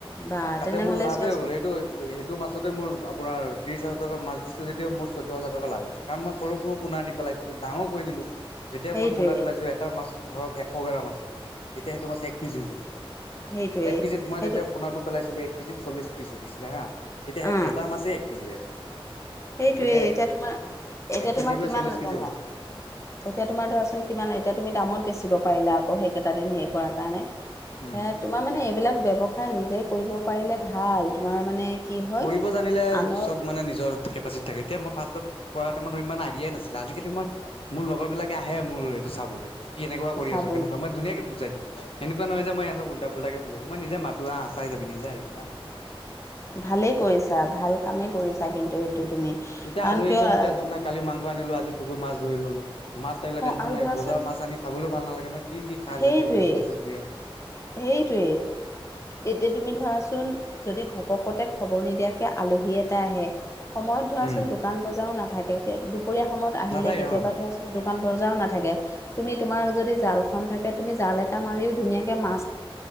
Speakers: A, on the left; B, on the left.
A: বা
B: তাতে
A: তেনেহ'লে
B: মোৰ লাভেই
A: চোৱাচোন
B: হৈ গ'ল সেইটো সটো সেইটো মাছতে মোৰ আপোনাৰ ত্ৰিছ হাজাৰ টকা মাছ দিছো যদিও মোৰ চৈধ্য হাজাৰ টকা লাভ হৈছে। কাৰণ মই সৰু সৰু পোনা আনি পেলাইছোঁ ডাঙৰ কৰি দিলোঁ যেতিয়া
A: সেইটোৱে
B: মই পোনা পেলাইছোঁ এটা মাছ ধৰক এশ গ্ৰাম আছে তেতিয়া সেইটো মাছ এক কেজি হৈ গৈছে।
A: সেইটোৱে
B: এক কেজিত মই
A: সেইটো
B: যেতিয়া পোনাটো পেলাইছিলো এক কেজিত চল্লিশ পিচ উঠিছিলে হা এতিয়া
A: অ
B: এটা মাছেই এক কেজি হৈ আছে
A: সেইটোৱে
B: এতিয়া
A: তোমাৰ এতিয়া
B: এক কেজি
A: তোমাৰ
B: গৈ
A: কিমান
B: চল্লিছ
A: লেতেৰা
B: কেজি হ'ল
A: এতিয়া তোমাৰ ধৰাচোন কিমান এতিয়া তুমি দামত বেচিব পাৰিলা আকৌ সেইকেইটা দিন হেৰি কৰাৰ কাৰণে
B: হ'ল
A: হে তোমাৰ মানে এইবিলাক ব্যৱসায় নিজে কৰিব পাৰিলে ভাল তোমাৰ মানে কি হয়
B: কৰিব জানিলে
A: আনৰ
B: চব মানে নিজৰ কেপাচিটি থাকে এতি মই ফাৰ্ষ্ত কৰা ত ইমান আইডিয়াই নাছিলে আজি কালি মই মোৰ লগৰ বিলাকে আহে মোৰ এইটো চাবলৈ এই কেনেকুৱা কৰি
A: চাবলৈ
B: আছ কেনেকোৱা মই ধুনীয়া কে বুজাই দিওঁ এনেকুৱা নহয় যে মই ইহতক উলটা পোলটা কে বুজাই দিম মই নিজে মাতো আ চাই যাবি নিজে আহিবি
A: ভালেই কৰিছা ভাল কামেই কৰিছা কিন্তু সেইটো তুমি
B: এতিয়া
A: কাৰণ
B: আলহি
A: কিয়
B: আহিছে
A: অঁ
B: মোৰ টেনশ্যন নাই মাংস আনিলো আজি পুখুৰীত মাছ ধৰি ললোঁ। মাছ থাকিলে টেনশ্যন
A: আৰু
B: নাই
A: ধৰাচোন
B: বজাৰ মাছ আনি খাবলৈও ভাল নালাগে নহয় কি কি খাৰ
A: সেইটোৱেই
B: জাতীয় বস্তু চস্তু দিয়ে।
A: সেইটোৱেই এতিয়া তুমি ধৰাচোন যদি ঘপকতে খবৰ নিদিয়া আলহী এটা আহে সময়ত ধৰাচোন
B: উম
A: দোকান বজাৰো নাথাকে দুপৰীয়া সময়ত আহিলে
B: নাথাকে
A: কেতিয়াবা
B: অ
A: ধৰাচোন দোকান বজাও নাথাকে তুমি তোমাৰ যদি জাল খন থাকে তুমি জাল এটা মাৰিও ধুনীয়াকে মাছ